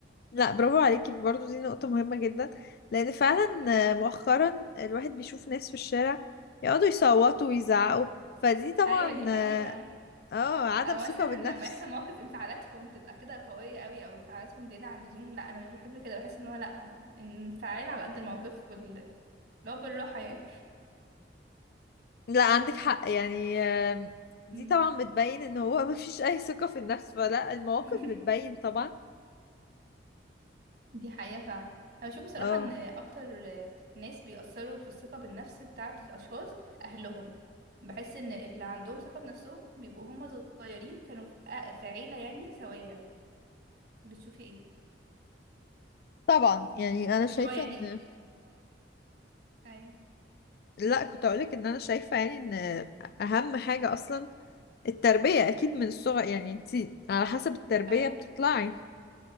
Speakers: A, on the left; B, on the right.
A: لا برافو عليكي برضو دي نقطة مهمة جدا لأن فعلا
B: اه
A: آه، مؤخرا الواحد بيشوف ناس في الشارع يقعدوا يصوتوا ويزعقوا فدي طبعا
B: ايوه دي حقيقه
A: اه آه، عدم
B: او
A: ثقة
B: مثلا
A: بالنفس
B: لما يحصل موقف انفعالاتهم تبقى كده قوية قوي او انفعالاتهم زيادة عن اللزوم لا انا مش بحب كده بحس ان هو لا انفعال على قد الموقف وال اللي هو بالراحة يعني
A: لا عندك حق يعني آم، دي
B: مم.
A: طبعا بتبين ان هو <laughs> مفيش أي ثقة في النفس فلا المواقف
B: <laughs>
A: بتبين طبعا
B: دي حقيقة فعلا انا بشوف بصراحة
A: اه
B: ان اكتر ناس بيأثروا في الثقة بالنفس بتاعة الاشخاص اهلهم بحس ان اللي عندهم ثقة بنفسهم بيبقوا هم صغيرين كانوا في في عيلة يعني سوية بتشوفي ايه
A: طبعا يعني انا شايفة
B: اللي هو يعني
A: ان
B: اي
A: لا كنت اقولك ان انا شايفة يعني ان اهم حاجة اصلا التربية اكيد من الصغر يعني انتي على حسب التربية
B: اي
A: بتطلعي